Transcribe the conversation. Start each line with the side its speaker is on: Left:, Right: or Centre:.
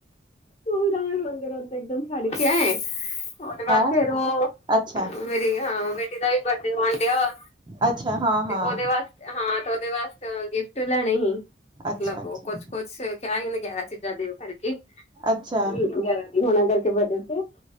Left: ਤ ਰੋਂਦੇ ਰੋਂਦੇ ਇੱਕਦਮ ਛੱਡ ਕੇ ਆਏ। ਉਹਦੇ ਬਾਅਦ
Right: ਹੈਂ
Left: ਫੇਰ ਉਹ
Right: ਅੱਛਾ
Left: ਮੇਰੀ ਬੇਟੀ ਦਾ ਵੀ ਬਡੇ ਆਣ ਡਿਆ ਵਾ।
Right: ਅੱਛਾ ਹਾਂ ਹਾਂ
Left: ਤੇ ਉਹਦੇ ਵਾਸਤੇ ਹਾਂ ਤੇ ਉਹਦੇ ਵਾਸਤੇ ਗਿਫਟ ਲੈਣੇ ਸੀ।
Right: ਅੱਛਾ
Left: ਲੱਭੋ
Right: ਅੱਛਾ
Left: ਕੁਛ ਕੁਛ ਕਿਆ ਹੀ ਉਹਨੇ ਗਿਆਰਾਂ ਚੀਜ਼ਾਂ ਦਿਓ ਕਰਕੇ
Right: ਅੱਛਾ
Left: ਹੋਣਾ ਕਰਕੇ ਵਧੇ ਸੀ।